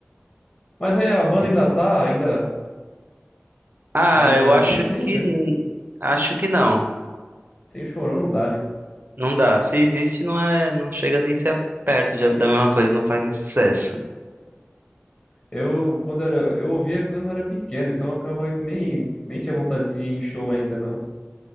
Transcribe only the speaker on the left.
Mas aí a banda
ainda tá, ainda,
ainda
existe
ainda?
Sem chorão não dá, né?
Eu, quando era, eu ouvia quando eu era pequeno, então acaba que nem, nem tinha vontade assim, de ir em show ainda, não.